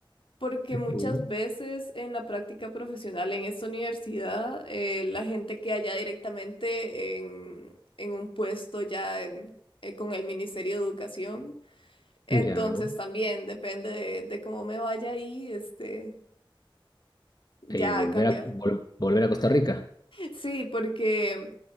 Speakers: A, on the left (about 80°); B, on the left (about 50°).
A: porque muchas
B: Ujú.
A: veces en la práctica profesional en esta universidad, eh, la gente queda ya directamente en, en un puesto ya en- eh, con el Ministerio de Educación. Entonces
B: Ya.
A: también depende de, de cómo me vaya ahí, este, ya
B: Y volver
A: cambia.
B: a, vol- volver a Costa Rica.
A: Sí, porque...